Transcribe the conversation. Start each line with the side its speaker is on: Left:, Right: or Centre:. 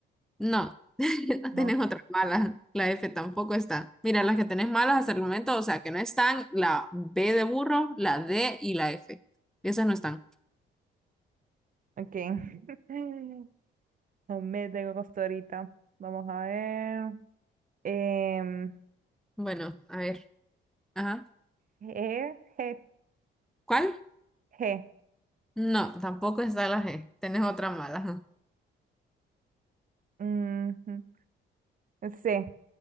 Centre: No, <laughs> no
Right: No.
Centre: tenés otras malas. La F tampoco está. Mira, las que tenés malas hasta el momento, o sea, que no están, la B de burro, la D y la F. Esas no están.
Right: Ok. <laughs> No me tengo costo ahorita. Vamos a ver. Em,
Centre: Bueno, a ver. Ajá.
Right: G. G.
Centre: ¿Cuál?
Right: G.
Centre: No, tampoco está la G. Tenés otra mala.
Right: Ujú, Sí.